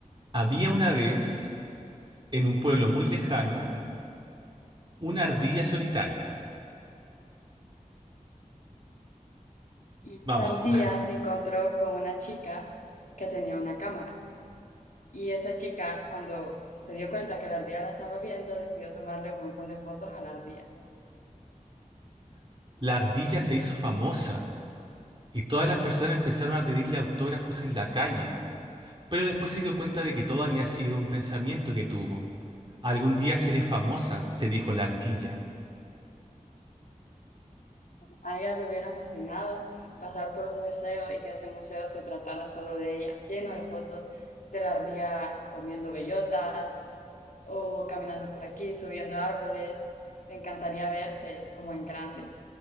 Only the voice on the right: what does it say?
Había una vez, en un pueblo muy lejano, una ardilla solitaria.
Vamos,
<laughs> la ardilla se hizo famosa. Y todas las personas empezaron a pedirle autógrafos en la calle, pero después se dio cuenta de que todo había sido un pensamiento que tuvo. Algún día seré famosa, se dijo la ardilla.